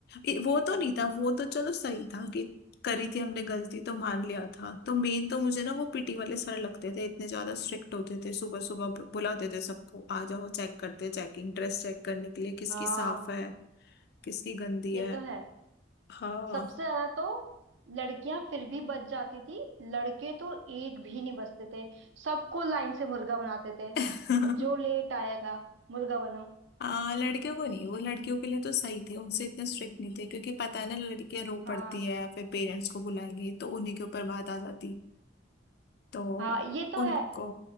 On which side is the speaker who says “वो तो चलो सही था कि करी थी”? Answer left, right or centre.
Left